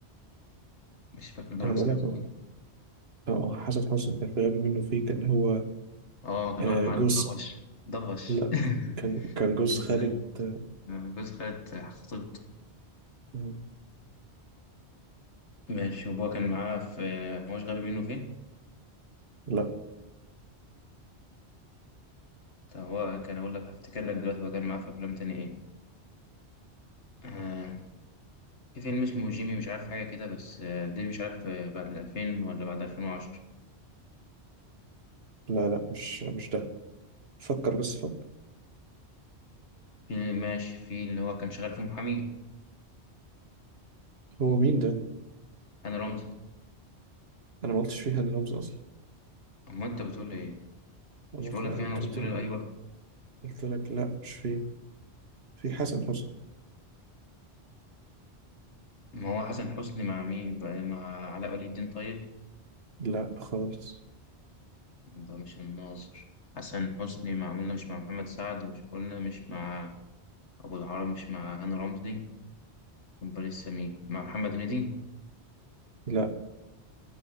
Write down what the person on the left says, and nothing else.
مش فاكر دور
حسن
حسني
اه كان
هو المعلم
ضبش ضبش
<laughs>
انت ازاي
جوز خالة خطيبته
ماشي وهو كان معاه في ما هوش غبي منه فيه
طب هو كان اقول لك هفتكر لك دلوقتي هو كان معاه في افلام تاني ايه آه في فيلم اسمه جيمي مش عارف حاجة كده بس آه، ده مش عارف آه، بعد الألفين ولا بعد ألفين وعشرة
في اللي ماشي في اللي هو كان شغال في محامي
أنا رمزي
أما أنت بتقول لي إيه؟
مش
بقول
لك يعني
وصلت
له اي برضه
ما هو حسن حسني مع مين بقى مع علاء ولي الدين طيب
يبقى مش الناظر حسن حسني مع قلنا مش مع محمد سعد مش قلنا مش مع ابو العرب مش مع هاني رمزي يبقى لسه مين مع محمد هنيدي